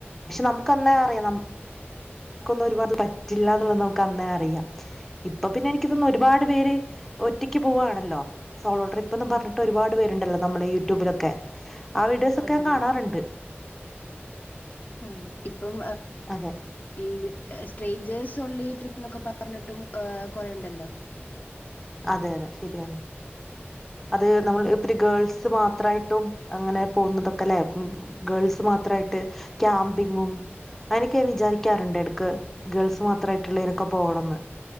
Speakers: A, in the centre; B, on the left.
A: നമുക്ക്ന്നേ അറിയാം നമ നമുക്കൊന്നും ഒരുപാട് പറ്റില്ല എന്നുള്ളത് നമുക്ക് അന്നേ അറിയാം ഇപ്പൊ പിന്നെ എനക്ക്ിതൊന്ന ഒരുപാട് പേര് ഒറ്റയ്ക്ക് പോവുകവാണല്ലോ സോളോഡർ ഇപ്പൊന്നും പറഞ്ഞിട്ട് ഒരുപാട് പേരുണ്ടല്ലോ നമ്മുടെ യൂട്യൂബിലൊക്കെ ആ വീഡിയോസ് ഒക്കെ
B: ആഹ്
A: ഞാൻ
B: അതെ
A: കാണാറുണ്ട്
B: ആ ഇപ്പം
A: അതെ
B: ഈ സ്ട്രേഞ്ചേസ് ള്ളി ട്രിപ്പിനൊക്കെ പറഞ്ഞിട്ടും കൊറേുണ്ടല്ലോ
A: അതെ അതെ ശരിയാണ് അത് നമ്മൾ ഇ ഗേൾസ് മാത്രമായിട്ടും അങ്ങനെ പോകുന്നതൊക്കെ അല്ലേ ഗേൾസ് മാത്ര മാത്രട്ട് ക്യാമ്പിങ്ങും അനൊക്കെൻ വിചാരിക്കാറുണ്ട് എടക്ക് ഗേൾസ് മാത്രമായിട്ടുള്ള ഇനൊക്കെ പോകണംന്ന്